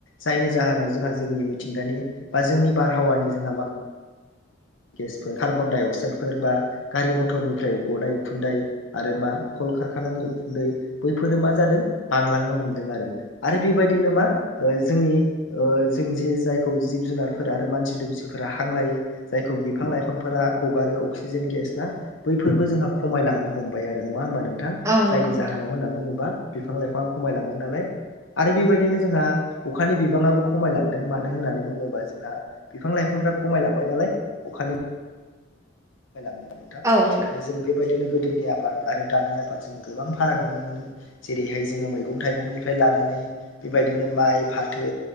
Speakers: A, on the left; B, on the right.
A: जायनि जाहोनाव जोंहा जोंनि मिथिंगानि बा जोंनि बारहावानि जोंहामा <inaudible> गेसफोर कार्बन डाइ अक्साइद फोर बा गारि मथरनिफ्राय गनाय उखुन्दाय आरो मा कल कारखानानि उखुन्दै बैफोरो मा जादों बांलांनो हमदों आरो आरो बेबायदिनो मा जोंनि जों जे जायखौ जिब जुनारफोर आरो मानसि दुमसिफोरा हां लायो जायखौ बिफां लाइफांफोरा <inaudible> हगारो अक्सिजेन गेस ना बैफोरबो जोंहा खमायलांनो हमबाय आरो नङा होमबा नोंथां
B: औ नंगौ औ नंगौ
A: जायनि
B: नोंथां
A: जाहोनाव होनना बुङोबा बिफां लाइफांआ खमायलांबाय नालाय आरो बेबायदिनो जोंहा अखानि बिबाङाबो खमायलांदों मानो होननानै बुङोबा जोंहा बिफां लाइफां खमायलांबाय नालाय अखानि <inaudible> नोंथां
B: औ नोंथां
A: जों बेबायदिनो गोदोनि आबाद आरो दानि आबाद जों गोबां फाराग नुनो मोनो जेरैहाय जोङो मैगं थाइगंनिफ्राय लानानै बेबायदिनो माइ फाथो